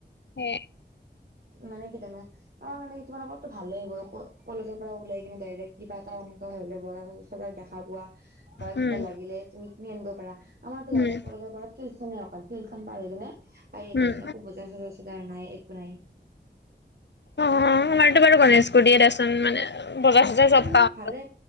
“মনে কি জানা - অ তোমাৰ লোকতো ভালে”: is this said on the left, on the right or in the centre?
Right